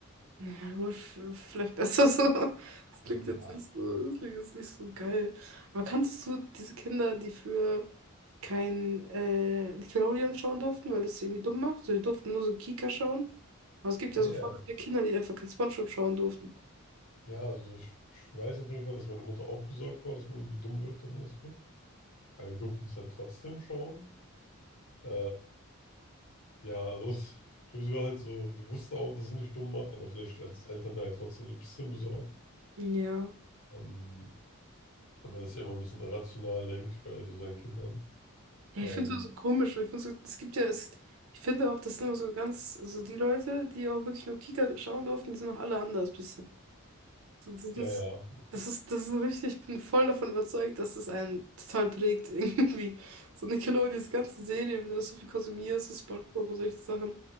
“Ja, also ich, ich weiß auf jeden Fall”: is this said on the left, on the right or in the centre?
Left